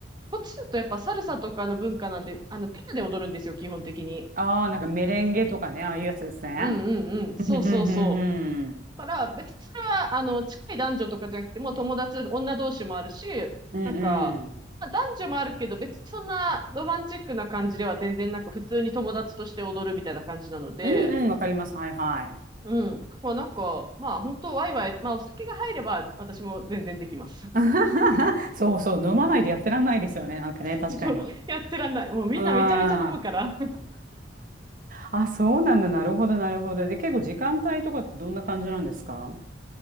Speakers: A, on the right; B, on the right.
A: こっちだとやっぱサルサとかの文化なんで、あの、ペアで踊るんですよ、基本的に。
B: ああ、なんかメレンゲとかね、ああいうやつですね。
A: うんうんうん。そうそうそう。
B: うんうんうんうん。
A: だから別にそれは、あの、近い男女とかじゃなくてもう友達、女同士もあるし、
B: うんうん。
A: なんか、まあ、男女もあるけど別にそんなロマンチックな感じでは全然なく、普通に友達として踊るみたいな感じなので、
B: うんうん、わかります。はいはい。
A: うん。だからなんか、まあ本当ワイワイ、まあお酒が入れば私も全然できます。
B: <laughs> そうそう、飲まないとやってらんないですよね。なんかね、
A: <laughs>
B: 確かに。
A: そうやってらんない。もうみんなめちゃめちゃ飲むから。
B: うん。<laughs> あ、そうなんだ。なるほど、なるほど。で、結構時間帯とかってどんな感じなんですか